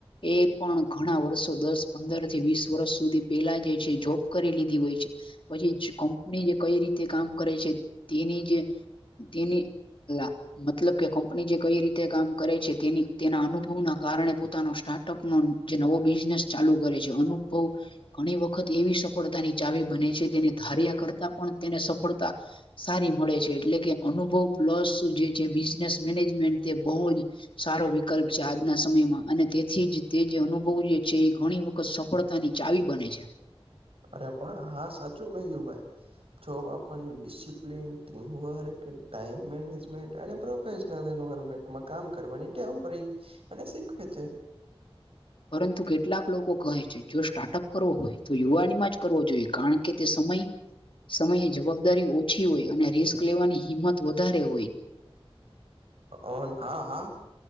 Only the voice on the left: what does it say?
એ પણ ઘણા વર્ષો દસ પંદર થી વીસ વર્ષ સુધી પેલા જે છે જોબ કરી લીધી હોય છે પછી કંપની જે કઈ રીતે કામ કરે છે તેની જે તેની લ મતલબ કે કંપની જે કઈ રીતે કામ કરે છે તેની તેના અનુભવના કારણે પોતાનો સ્ટાર્ટઅપનો જે નવો બિઝનેસ ચાલુ કરે છે અનુભવ ઘણી વખત એવી સફળતાની ચાવી બને છે તેને ધાર્યા કરતા પણ તેને સફળતા સારી મળે છે એટલે કે અનુભવ પ્લસ જે છે બિઝનેસ મેનેજમેન્ટ તે બહુ જ સારો વિકલ્પ લા આજના સમયમાં અને તેથી જ તે જે અનુભવ જે છે એ ઘણી વખત સફળતા ની ચાવી બને છે
પરંતુ કેટલાક લોકો કહે છે જો સ્ટાર્ટઅપ કરવો હોય તો યુવાનીમાં જ કરવો જોઈએ, કારણ કે તે સમય સમયે જવાબદારી ઓછી હોય અને રિસ્ક લેવાની હિંમત વધારે હોય.